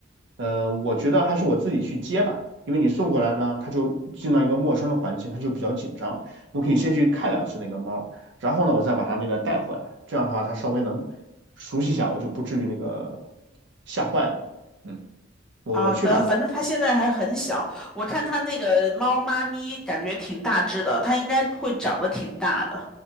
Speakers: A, on the right (about 65°); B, in the centre.
A: 呃，我觉得还是我自己去接吧，因为你送过来呢，它就进到一个陌生的环境，它就比较紧张。我可以先去看两次那个猫，然后呢，我再把它那个带回来，这样的话它稍微能熟悉一下，我就不至于那个吓坏了。嗯，我我去吧，
B: 好的，反正它现在还很小，我看它那个猫妈咪感觉挺大只的，它应该会长得挺大的。